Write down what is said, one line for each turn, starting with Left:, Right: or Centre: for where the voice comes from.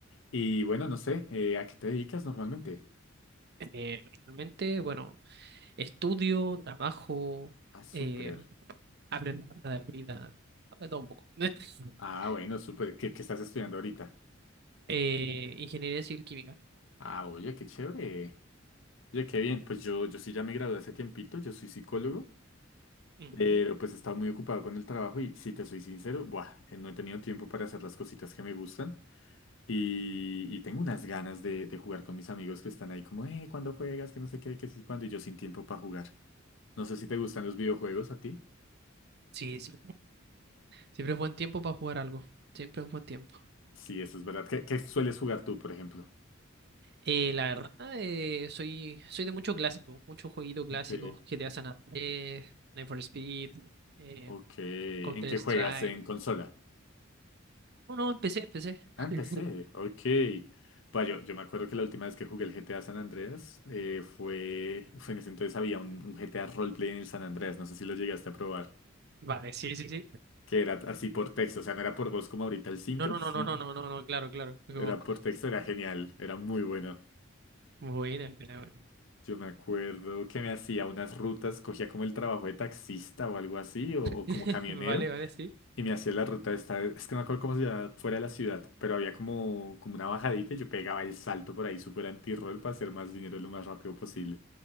Left: Y bueno, no sé, eh, ¿a qué te dedicas normalmente?
Right: Eh, realmente, bueno, estudio, trabajo,
Left: Ah, súper.
Right: eh, aprendo de la vida, de todo un poco. <laughs>
Left: Ah, bueno, súper. ¿Qué, qué estás estudiando ahorita?
Right: Eh, ingeniería civil química.
Left: Ah, oye, qué chévere. Oye, qué bien. Pues yo, yo sí ya me gradué hace tiempito, yo soy psicólogo.
Right: Ujú.
Left: Pero pues estaba muy ocupado con el trabajo y si te soy sincero, buah, eh, no he tenido tiempo para hacer las cositas que me gustan y, y tengo unas ganas de, de jugar con mis amigos que están ahí como, eh, ¿cuándo juegas? Que no sé qué, que sí, cuándo y yo sin tiempo para jugar. No sé si te gustan los videojuegos a ti.
Right: Sí, sí. Siempre es buen tiempo para jugar algo. Siempre es buen tiempo.
Left: Sí, eso es verdad. ¿Qué, qué sueles jugar tú, por ejemplo?
Right: Eh, la verdad, eh, soy, soy de mucho clásico, mucho jueguito clásico.
Left: Ok,
Right: GTA San Andrés, Need for Speed, eh,
Left: ok. ¿En
Right: Counter
Left: qué juegas?
Right: Strike.
Left: ¿En consola?
Right: No, no, empecé, empecé.
Left: Ah,
Right: <laughs>
Left: empecé. Ok. Bueno, yo, yo me acuerdo que la última vez que jugué el GTA San Andreas eh, fue, fue en ese entonces había un, un GTA roleplay en el San Andreas. No sé si lo llegaste a probar.
Right: Vale, sí, sí, sí.
Left: Que era así por texto. O sea, no era por voz como ahorita el 5.
Right: No, no, no,
Left: sí,
Right: no, no, no, no, no, claro, claro. Es Como,
Left: Era por texto, era genial. Era muy bueno.
Right: buena, buena, buena.
Left: Yo me acuerdo que me hacía unas rutas, cogía como el trabajo de taxista o algo así, o, o
Right: <laughs>
Left: como camionero.
Right: Vale, vale, sí.
Left: Y me hacía la ruta esta, es que no me acuerdo cómo se llama, fuera de la ciudad, pero había como, como una bajadita y yo pegaba el salto por ahí súper anti-roll para hacer más dinero lo más rápido posible.